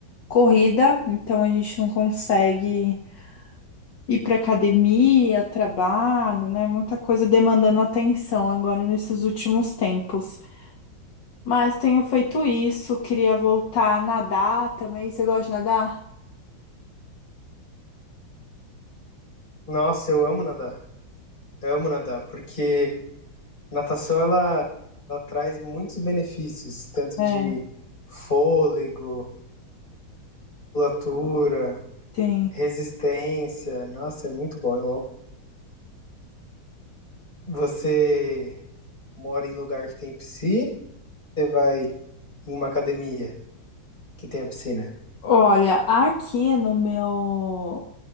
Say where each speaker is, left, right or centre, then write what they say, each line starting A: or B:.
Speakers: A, on the left (about 60°); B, on the left (about 25°).
A: corrida, então a gente não consegue ir pra academia, trabalho, né? Muita coisa demandando atenção agora nesses últimos tempos. Mas tenho feito isso, queria voltar a nadar também. Você gosta de nadar?
B: Nossa, eu amo nadar. Eu amo nadar, porque a natação ela, ela traz muitos benefícios, tanto
A: É,
B: de fôlego, musculatura,
A: tem.
B: resistência. Nossa, é muito bom. Eu amo. Você mora em lugar que tem piscina? Você vai em uma academia que tem a piscina?
A: Olha, aqui no meu